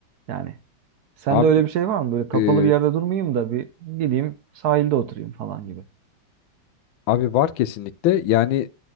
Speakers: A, on the right; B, on the left.
A: Yani sende
B: Abi
A: öyle bir şey var mı? Böyle kapalı
B: e,
A: bir yerde durmayayım da bir gideyim sahilde oturayım falan gibi.
B: abi var kesinlikle. Yani